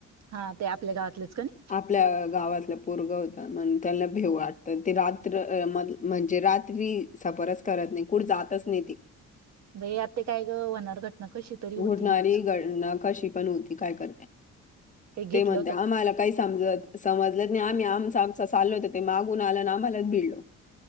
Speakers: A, on the right (about 60°); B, on the left (about 25°).
A: हा ते आपल्या गावातलेच का नाही.
B: आपल्या गावातला पोरगं होता म्हण त्यांना भेऊ वाटतं ते रात्र म्हणजे रात्री सफरच करत नाही कुठ जातच नाही ते
A: बई आता काय ग होणार घटना कशी तरी होतीच
B: होडणारी गणना कशी पण होती काय करते
A: काही घेतलं
B: ते म्हणते
A: होतं
B: आम्हाला.
A: का
B: काही समजत समजलत नाही आम्ही आमचा आम चाल होत ते मागून आला ना आम्हालाच भिडलो.